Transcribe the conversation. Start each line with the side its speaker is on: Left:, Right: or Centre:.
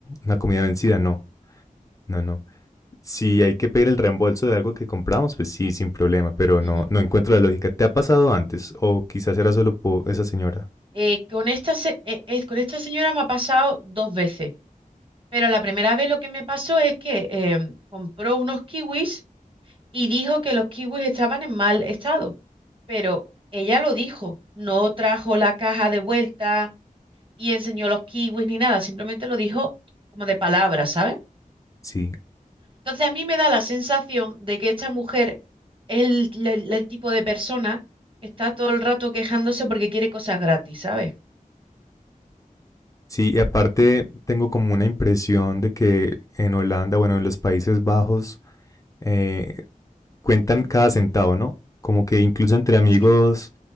Left: una comida vencida, no, no, no. Si hay que pedir el reembolso de algo que compramos, pues sí, sin problema, pero
Right: Ujú.
Left: no, no encuentro la lógica. ¿Te ha pasado antes? O quizás era solo po- esa señora.
Right: Eh, con esta, se- eh, eh, con esta señora me ha pasado dos veces, pero la primera vez lo que me pasó es que em, compró unos kiwis y dijo que los kiwis estaban en mal estado, pero ella lo dijo, no trajo la caja de vuelta y enseñó los kiwis ni nada, simplemente lo dijo como de palabras, ¿sabes?
Left: Sí.
Right: Entonces a mí me da la sensación de que esta mujer es el, la- la- el tipo de persona que está todo el rato quejándose porque quiere cosas gratis, ¿sabes?
Left: Sí, y aparte tengo como una impresión de que en Holanda, bueno, en los Países Bajos, eh, cuentan cada centavo, ¿no? Como que incluso entre amigos,
Right: Sí.